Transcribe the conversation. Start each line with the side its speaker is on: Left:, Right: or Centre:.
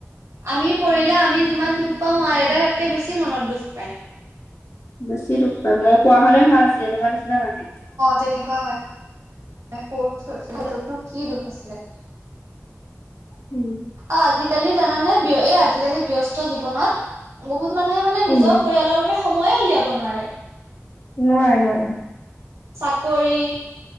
Right: আমি পৰিলে আমি যিমান দুখ পাওঁ মা-দেউতাই তাতকৈ বেছি মনত দুখ পায়।
Left: বেছি দুখ পায় মই পোৱা হলে ভাল আছিলে এনেকুৱা নিচিনা মানে।
Right: তেনেকুৱা হয়। এ সছিল কি দুখ আছিলে <unintelligible>
Left: উম'
Right: অ' আজিকালি জানানে এ' আজিকালি ব্যস্ত জীৱনত বহুত মানুহে মানে নিজৰ
Left: উম,
Right: পৰিয়ালৰ বাবে সময়ে উলিয়াব নোৱাৰে।
Left: নোৱাৰে- নোৱাৰে ন।
Right: চাকৰি